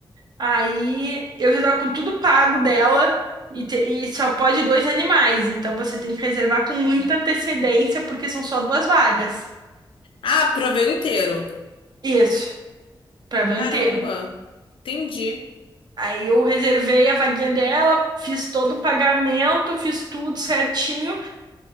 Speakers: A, on the right (about 55°); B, on the left (about 80°).
A: Aí eu já tava com tudo pago dela e, te- e só pode dois animais, então você tem que reservar com muita antecedência porque são só duas vagas.
B: Ah, proveu inteiro.
A: Isso, para ver
B: Caramba.
A: inteiro.
B: Entendi.
A: Aí eu reservei a vaguinha dela, fiz todo o pagamento, fiz tudo certinho.